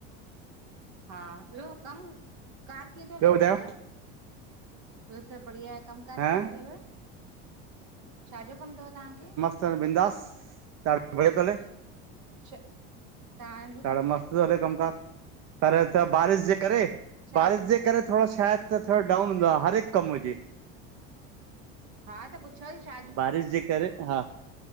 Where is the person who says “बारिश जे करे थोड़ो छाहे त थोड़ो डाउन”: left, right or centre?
Right